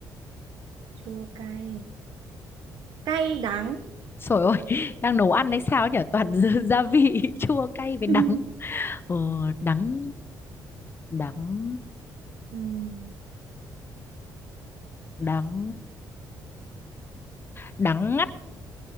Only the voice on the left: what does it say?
Trời ơi <laughs> Đang nấu ăn hay sao nhở Toàn <laughs> gia gia vị <laughs> chua cay với
đắng ờ, Đắng đắng
đắng đắng ngắt